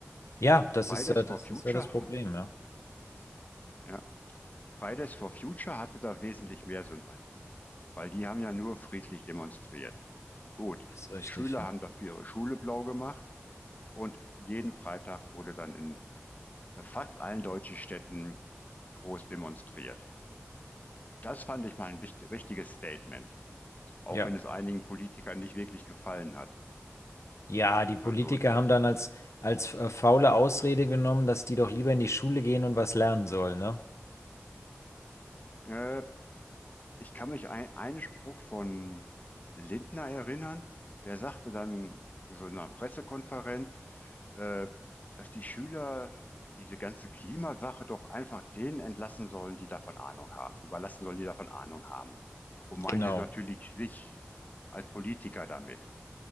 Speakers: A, on the left; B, on the left.
A: Ja, das
B: Fridays
A: ist, äh,
B: for
A: das
B: Future,
A: ist ja das Problem, ja.
B: ja. Fridays for Future hatte da wesentlich mehr Sympathie, weil die haben ja nur friedlich demonstriert. Gut,
A: Das ist richtig,
B: die Schüler
A: ja.
B: haben dafür ihre Schule blau gemacht und jeden Freitag wurde dann in äh, fast allen deutschen Städten groß demonstriert. Das fand ich mal ein wichtig, richtiges Statement, auch
A: Ja.
B: wenn es einigen Politikern nicht wirklich gefallen hat.
A: Ja, die Politiker
B: Also ich,
A: haben dann als, als äh, faule Ausrede genommen, dass die doch lieber in die Schule gehen und was lernen sollen, ne?
B: äh, Ich kann mich ein, einen Spruch von Lindner erinnern, der sagte dann so in einer Pressekonferenz, äh, dass die Schüler diese ganze Klimasache doch einfach denen entlassen sollen, die davon Ahnung haben, überlassen sollen, die davon Ahnung haben. Und meinte
A: Genau.
B: natürlich sich als Politiker damit.